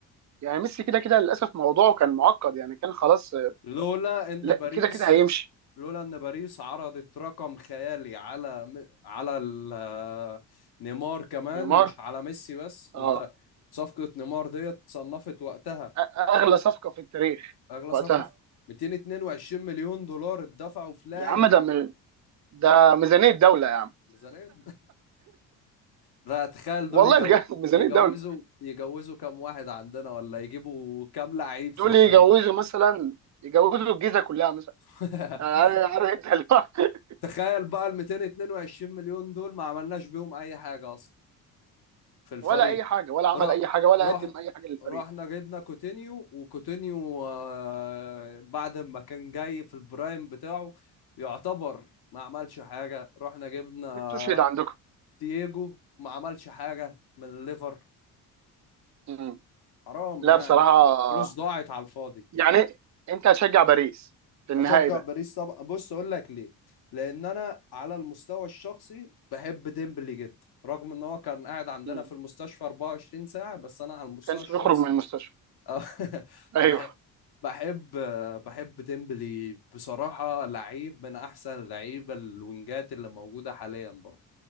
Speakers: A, on the right; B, on the left.
A: يعني ميسي كده كده للاسف موضوعه كان معقد يعني كان خلاص
B: لولا ان
A: لا
B: باريس
A: كده كده هيمشي
B: لولا ان باريس عرضت رقم خيالي على م- على ال- نيمار كمان
A: نيمار
B: مش على ميسي بس
A: اه
B: انت صفقة نيمار ديت صنفت وقتها
A: أ- اغلى صفقه في التاريخ
B: اغلى
A: وقتها
B: صفقة في 222 مليون دولار اتدفعوا في لاعب
A: يا عم ده من ده ميزانيه دوله يا عم
B: ميزانية <laughs> لا تخيل دول
A: والله
B: يجو...
A: بجد <laughs> ميزانيه
B: يجوزوا
A: دوله
B: يجوزوا كام واحد عندنا ولا يجيبوا كام لعيب في
A: دول
B: الفريق
A: يجوزوا مثلا يجوزوا الجيزه كلها مثلا
B: <laughs>
A: يعني عارف عارف انت اللي هو <laughs>
B: تخيل بقى ال 222 مليون دول ما عملناش بيهم اي حاجة اصلا في الفريق
A: ولا اي حاجه ولا عمل
B: رح
A: اي حاجه ولا
B: رحنا
A: قدم اي حاجه للفريق
B: رحنا جبنا كوتينيو وكوتينيو آه، بعد ما كان جاي في البرايم بتاعه يعتبر ما عملش حاجة رحنا جبنا
A: استشهد عندكم
B: تييجو ما عملش حاجة من الليفر
A: مم.
B: حرام
A: لا
B: يعني
A: بصراحه
B: فلوس ضاعت على الفاضي
A: يعني انت هتشجع باريس في النهائي
B: اشجع
A: ده
B: باريس طبعا بص اقول لك ليه لان انا على المستوى الشخصي بحب ديمبلي جدا رغم ان هو كان قاعد عندنا
A: مم.
B: في المستشفى 24 ساعة بس انا على المستوى
A: كانش
B: الشخصي
A: بيخرج من المستشفى
B: آه، <laughs>
A: ايوه
B: بح- بحب بحب ديمبلي بصراحة لعيب من أحسن اللعيبة الوينجات اللي موجودة حاليا برضه